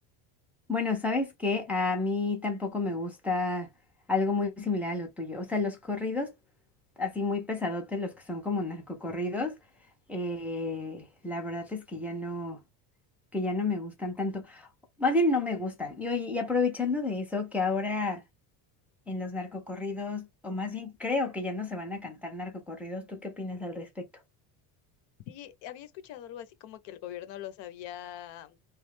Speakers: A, in the centre; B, on the left.
A: Bueno, ¿sabes qué? A mí tampoco me gusta algo muy similar a lo tuyo. O sea, los corridos así muy pesadotes, los que son como narcocorridos, eh, la verdad es que ya no, que ya no me gustan tanto. Más bien no me gustan. Y, oye, y aprovechando de eso, que ahora en los narcocorridos, o más bien creo que ya no se van a cantar narcocorridos, ¿tú qué opinas al respecto?
B: Sí, había escuchado algo así como que el gobierno los había